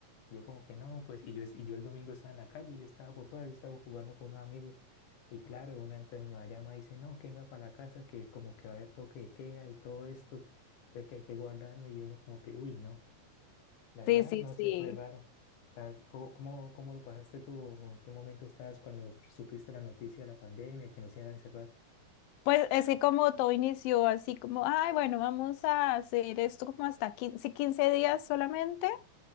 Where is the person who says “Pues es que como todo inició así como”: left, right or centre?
Left